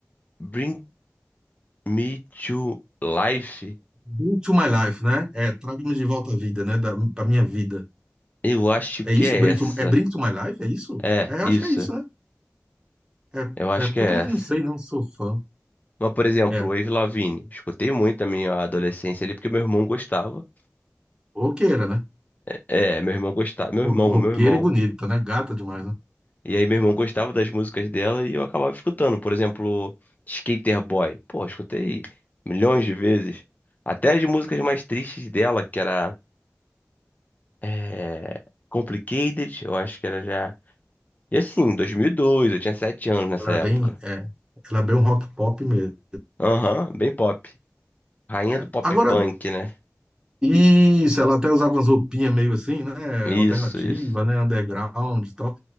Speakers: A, on the left; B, on the right.
A: Bring Me to Life.
B: Bring to My Life, né? É, traga-me de volta à vida, né? Da, da minha vida.
A: Eu acho
B: É isso?
A: que é
B: Bring
A: essa.
B: to, é Bring to My Life? É isso?
A: É,
B: É,
A: isso.
B: eu acho que é isso, né? É,
A: Eu acho
B: é porque
A: que é
B: eu também
A: essa.
B: não sei, não sou fã.
A: Mas, por exemplo,
B: É,
A: Avril Lavigne. Escutei muito na minha adolescência ali, porque meu irmão gostava.
B: Roqueira, né?
A: É, meu irmão gostava. Meu
B: Ro-
A: irmão,
B: Roqueira
A: meu irmão.
B: e bonita, né? Gata demais, né?
A: E aí, meu irmão gostava das músicas dela e eu acabava escutando. Por exemplo, Skater Boy. Pô, escutei milhões de vezes. Até as músicas mais tristes dela, que era é, Complicated, eu acho que era já. E assim, 2002, eu tinha 7 anos nessa
B: Ela era
A: época.
B: bem, é, ela é bem um rock pop mesmo.
A: Aham, bem pop. Rainha
B: É,
A: do pop
B: Agora,
A: punk, né?
B: isso, ela até usava umas roupinhas meio assim, né?
A: Isso,
B: Alternativa,
A: isso.
B: né? Underground e tal.